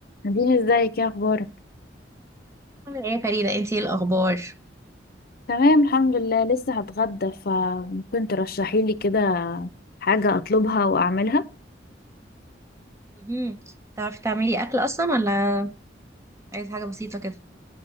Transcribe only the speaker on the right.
عامل ايه يا فريدة انتي ايه الاخبار
مهم. تعرفي تعملي اكل اصلا ولا عايزة حاجة بسيطة كده